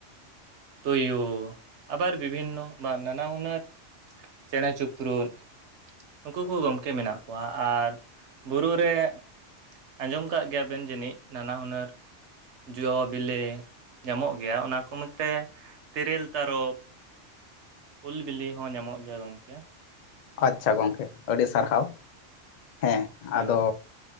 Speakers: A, on the right (about 65°); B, on the left (about 65°).
A: ᱛᱩᱭᱩ ᱟᱵᱟᱨ ᱵᱤᱵᱷᱤᱱᱚ ᱱᱟᱱᱟ ᱦᱩᱱᱟᱹᱨ ᱪᱮᱬᱮ ᱪᱤᱯᱨᱩᱫ ᱱᱩᱠᱩ ᱠᱚ ᱜᱚᱢᱠᱮ ᱢᱮᱱᱟᱜ ᱠᱚᱣᱟ ᱟᱨ ᱵᱩᱨᱩ ᱨᱮ ᱟᱸᱡᱚᱢ ᱠᱟᱫ ᱜᱮᱭᱟ ᱵᱤᱱ ᱡᱟᱹᱱᱤᱡ ᱱᱟᱱᱟ ᱦᱩᱱᱟᱹᱨ ᱡᱚ ᱵᱤᱞᱤ ᱧᱟᱢᱚᱜ ᱜᱮᱭᱟ ᱚᱱᱟ ᱠᱚ ᱢᱟ ᱛᱮ ᱛᱮᱨᱮᱞ ᱛᱟᱨᱚᱯ ᱩᱞ ᱵᱤᱞᱤ ᱦᱚᱸ ᱧᱟᱢᱚᱜ ᱜᱮᱭᱟ ᱜᱚᱝᱠᱮ
B: ᱟᱪᱪᱷᱟ ᱜᱚᱢᱠᱮ ᱟᱹᱰᱤ ᱥᱟᱨᱦᱟᱣ ᱦᱮᱸ
A: ᱦᱮᱸ
B: ᱟᱫᱚ